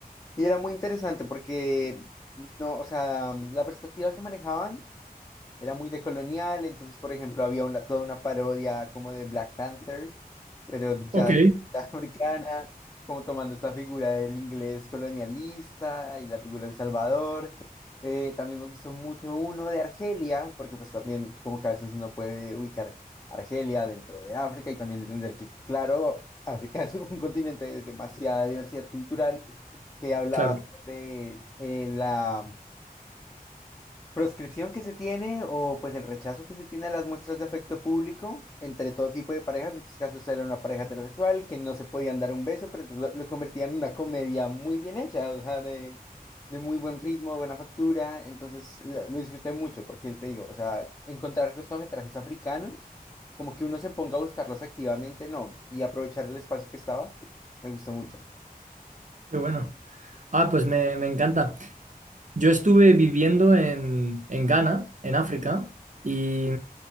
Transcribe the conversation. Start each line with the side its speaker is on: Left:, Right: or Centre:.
Left: Y era muy interesante porque, no, o sea, mm, la perspectiva que manejaban era muy decolonial, entonces, por ejemplo, había una, toda una parodia como de Black Panther pero ya
Right: Ok,
Left: la <laughs> africana, como tomando esta figura del inglés colonialista y la figura del Salvador. Eh, también me gustó mucho uno de Argelia, porque pues también como que a veces uno puede ubicar Argelia dentro de África y también entender que, claro, África <laughs> es un continente de demasiada diversidad cultural que hablaba
Right: claro,
Left: sobre eh, la proscripción que se tiene o pues el rechazo que se tiene a las muestras de afecto público entre todo tipo de parejas, en estos casos era una pareja heterosexual que no se podían dar un beso, pero entonces lo, lo convertían en una comedia muy bien hecha, o sea, de, de muy buen ritmo, buena factura, entonces lo, lo disfruté mucho porque te digo, o sea, encontrar cortometrajes africanos, como que uno se ponga a buscarlos activamente, no, y aprovechar el espacio que estaba, me gustó mucho.
Right: qué bueno. Ah, pues me, me encanta. Yo estuve viviendo en, en Ghana, en África, y,